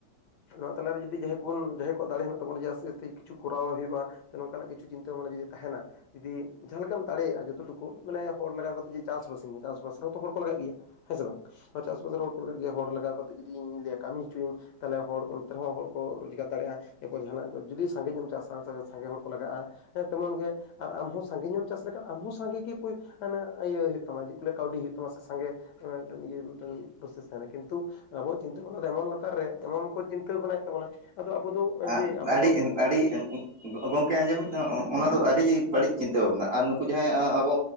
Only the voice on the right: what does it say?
ᱟᱜ
ᱫᱟᱲᱤᱜ
ᱤᱱ ᱟᱹᱰᱤ ᱜᱚᱝᱠᱮ ᱟᱸᱡᱚᱢᱮᱫ ᱫᱚ ᱚᱱᱟ ᱫᱚ
ᱟᱹᱰᱤ ᱵᱟᱹᱲᱤᱡ ᱪᱤᱱᱛᱟᱹ ᱵᱷᱟᱵᱽᱱᱟ ᱟᱨ ᱱᱩ ᱱᱩᱠᱩ ᱡᱟᱸᱦᱟᱭ ᱟᱵᱚ